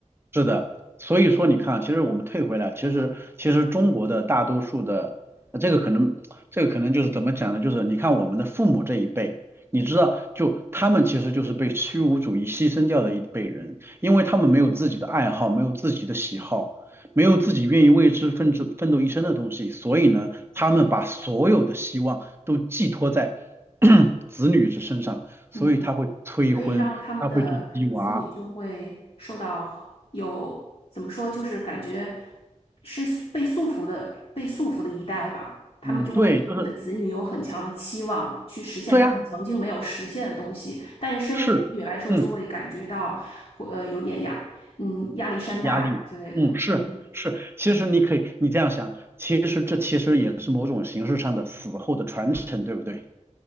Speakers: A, on the right (about 20°); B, on the left (about 50°).
A: 是的，所以说你看啊其实我们退回来，其实其实中国的大多数的，呃这个可能这个可能就是怎么讲呢？就是你看我们的父母这一辈，你知道，就他们其实就是被虚无主义牺牲掉的一辈人，因为他们没有自己的爱好，没有自己的喜好，没有自己愿意为之奋斗奋斗一生的东西，所以呢，他们把所有的希望都寄托在 <clears throat> 子女之身上，所以他会催婚，
B: 嗯。所以让他们的子女就会受到有，
A: 他会去鸡娃。
B: 怎么说，就是感觉是被束缚的，被束缚的一代吧。他们就会对他们的子女有很强的期望，
A: 嗯，对，就是
B: 去实现他们曾经没有实现的东西。
A: 对啊，
B: 但是身为子女来说，
A: 是，嗯，
B: 就会感觉到，或呃，有点压，嗯，压力山大呀之类的。
A: 压力，嗯，是是，
B: 嗯
A: 其实你可以，你这样想，其实这其实也是某种形式上的死后的传承，对不对？